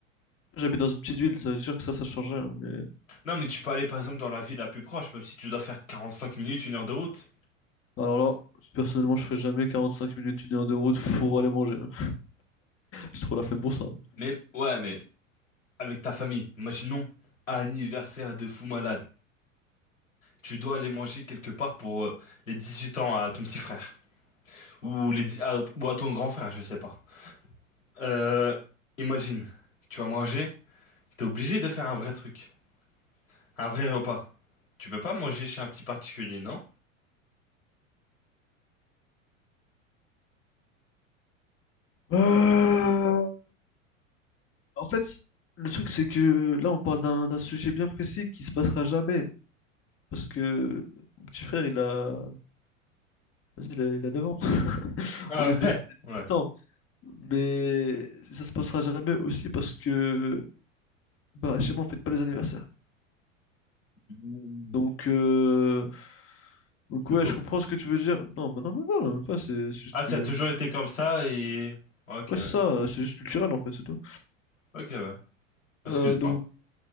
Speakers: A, on the left; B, on the left.
A: J'habite dans une petite ville, ça veut dire que ça, ça changeait. hein, mais...
B: Non, mais tu peux aller par exemple dans la ville la plus proche, même si tu dois faire 45 minutes, une heure de route.
A: Alors là, personnellement, je ferais jamais 45 minutes, une heure de route pour aller manger. hein. J'ai trop la flemme pour ça.
B: Mais ouais, mais avec ta famille, imaginons anniversaire de fou malade. Tu dois aller manger quelque part pour euh, les 18 ans à ton petit frère ou les dix- à, ou à ton grand frère, je sais pas. Euh, imagine, tu vas manger, t'es obligé de faire un vrai truc, un vrai repas. Tu peux pas manger chez un petit particulier, non?
A: Euh, En fait, le truc, c'est que là, on parle d'un d'un sujet bien précis qui se passera jamais. Parce que mon petit frère, il a, vas-y, il a, il a 9 ans. <laughs>
B: Ah
A: On est bien
B: ouais,
A: à
B: ouais.
A: 18 ans. Mais ça se passera jamais aussi parce que bah, chez moi, on fête pas les anniversaires.
B: Mmh.
A: Donc, euh, donc
B: Le
A: ouais,
B: pauvre.
A: je comprends ce que tu veux dire. Non, mais non, mais voilà, même pas, c'est c'est juste
B: Ah, ça
A: que...
B: a toujours été comme ça et... Ok,
A: Ouais,
B: ouais.
A: c'est ça, c'est juste culturel, en fait, c'est tout.
B: Ok, ouais. Excuse-moi.
A: Euh, donc,